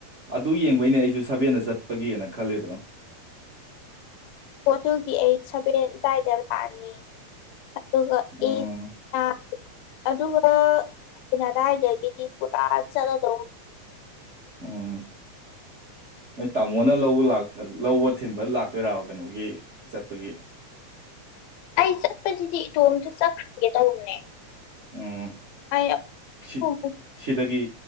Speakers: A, on the right (about 70°); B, on the left (about 75°).
A: ꯑꯗꯨ ꯌꯦꯡꯕꯩꯅꯦ ꯑꯩꯁꯨ ꯁꯕꯦꯟꯗ ꯆꯠꯄꯒꯤꯅ ꯈꯜꯂꯦꯗꯣ
B: ꯍꯣ ꯗꯨꯒꯤ ꯑꯩ ꯁꯚꯦꯟ ꯑꯗꯨꯋꯥꯏꯗ ꯂꯥꯛꯑꯅꯤ ꯑꯗꯨꯒ
A: ꯎꯝ
B: ꯢꯅ ꯑꯗꯨꯒꯗꯥꯏꯗꯒꯤꯗꯤ ꯄꯨꯔꯥ ꯆꯠꯂꯗꯧ
A: ꯎꯝ ꯅꯣꯏ ꯇꯥꯃꯣꯅ ꯂꯧꯕ ꯂꯥꯛ ꯂꯧꯕ ꯊꯤꯟꯕ ꯂꯥꯛꯇꯣꯏꯔꯕ ꯀꯩꯅꯣꯒꯤ ꯆꯠꯄꯒꯤ
B: ꯑꯩ ꯆꯠꯄꯁꯤꯗꯤ ꯏꯇꯣꯝꯇ ꯆꯠꯈ꯭ꯔꯒꯦ ꯇꯧꯕꯅꯦ
A: ꯎ
B: ꯑꯩ ꯑꯃꯨꯛ
A: ꯁꯤ
B: ꯑꯃꯨꯛ
A: ꯁꯤꯗꯒꯤ